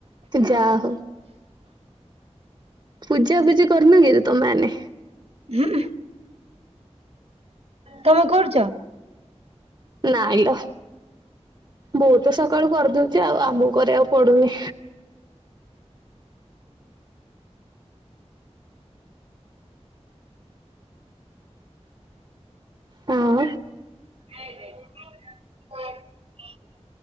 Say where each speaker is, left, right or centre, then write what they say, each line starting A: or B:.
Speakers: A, on the right; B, on the right.
A: ତୁ ଯା ହଉ ପୂଜା ପୂଜି କରୁନ କିରେ ତମେମାନେ?
B: ହୁମ୍। ତମେ କରୁଛ?
A: ନାଇଁ ଲ ବୋଉ ତ ସ ସକାଳୁ କରିଦଉଛି ଆଉ ଆମକୁ କରିବାକୁ ପଡ଼ୁନି। ହଁ।
B: <unintelligible>